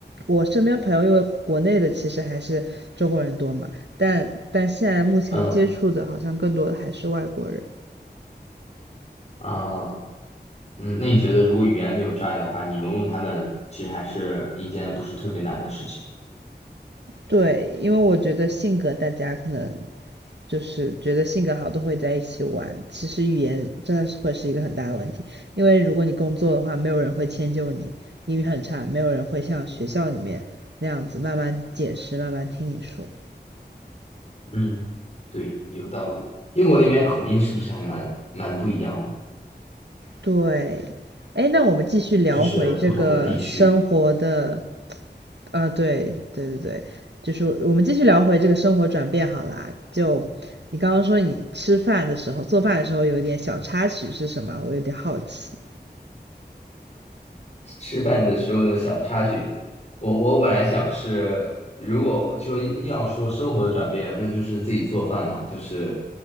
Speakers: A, on the right (about 85°); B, on the left (about 40°).
A: 我身边朋友，因为国内的其实还是中国人多嘛，但但现在目前接触的好像更多的还是外国人。
B: 嗯啊，嗯，那你觉得如果语言没有障碍的话，你融入他们其实还是一件不是特别难的事情。
A: 对，因为我觉得性格大家可能就是觉得性格好都会在一起玩，其实语言真的是会是一个很大的问题，因为如果你工作的话，没有人会迁就你，英语很差，没有人会像学校里面那样子慢慢解释，慢慢听你说。
B: 嗯，对，有道理。英国那边口音是不是还蛮蛮不一样的？
A: 对，哎，那我们继续聊回这个生活的，
B: 就是不同的地区。
A: 啊，对对对对，就是我们继续聊回这个生活转变好啦。就你刚刚说你吃饭的时候、做饭的时候有点小插曲是什么？我有点好奇。
B: 吃饭的时候的小插曲，我我本来想是，如果就硬硬要说生活的转变，那就是自己做饭嘛，就是，